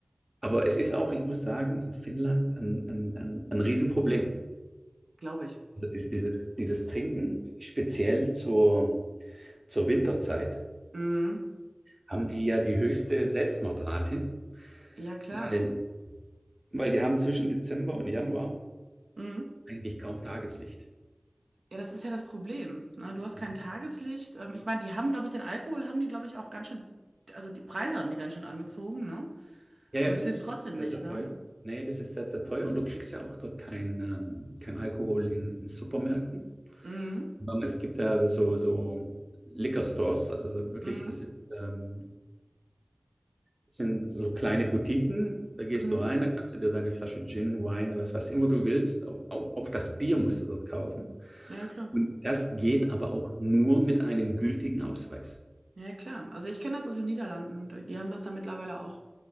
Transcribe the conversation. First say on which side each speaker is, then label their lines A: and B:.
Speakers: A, on the right; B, on the right.
A: Aber es ist auch, ich muss sagen, in Finnland ein, ein, ein, ein Riesenproblem.
B: glaube ich.
A: Das ist dieses, dieses Trinken, speziell zur, zur Winterzeit,
B: Mm.
A: haben die ja die höchste Selbstmordrate,
B: Ja, klar.
A: weil, weil die haben zwischen Dezember und Januar
B: Mm.
A: eigentlich kaum Tageslicht.
B: Ja, das ist ja das Problem. Ne? Du hast
A: Ja,
B: kein Tageslicht. Ähm, ich meine, die haben, glaube ich, den Alkohol haben die, glaube ich, auch ganz schön, also die Preise haben die ganz schön angezogen, ne?
A: ja,
B: Aber
A: ja, das
B: es hilft
A: ist
B: trotzdem
A: sehr,
B: nicht,
A: sehr
B: ne?
A: teuer. Nee, das ist sehr, sehr teuer und du kriegst ja auch dort kein, ähm, kein Alkohol in, in Supermärkten.
B: Mhm.
A: sondern Es gibt ja so, so Liquor Stores, also so wirklich,
B: Mhm.
A: das sind ähm, Das sind so kleine Boutiquen, da gehst
B: Mhm.
A: du rein, da kannst du dir deine Flasche Gin, Wein, was, was immer du willst, auch, auch, auch das Bier musst du dort kaufen.
B: Ja, klar.
A: Und das geht aber auch nur mit einem gültigen Ausweis.
B: Ja, klar. Also ich kenne das aus den Niederlanden. Da- Die haben das da mittlerweile auch.